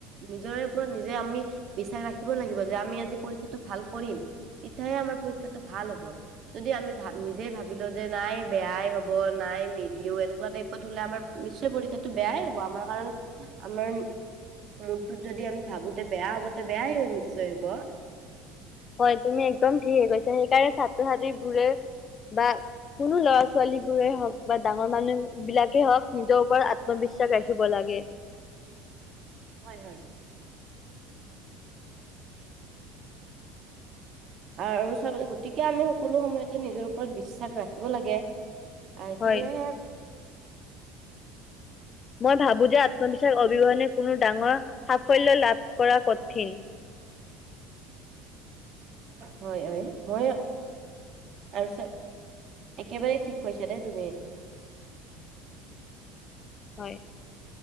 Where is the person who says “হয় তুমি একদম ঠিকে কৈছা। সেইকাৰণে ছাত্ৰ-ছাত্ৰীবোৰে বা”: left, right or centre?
Left